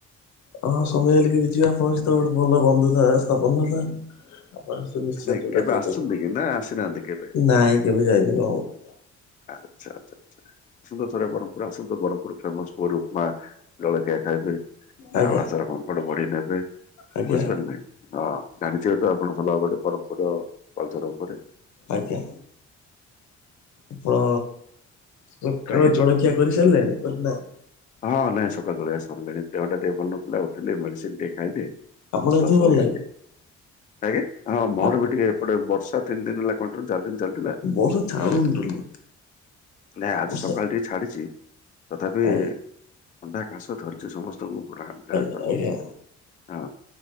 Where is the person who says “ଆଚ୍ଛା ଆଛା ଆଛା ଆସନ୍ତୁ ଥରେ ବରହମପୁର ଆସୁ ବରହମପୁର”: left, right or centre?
Left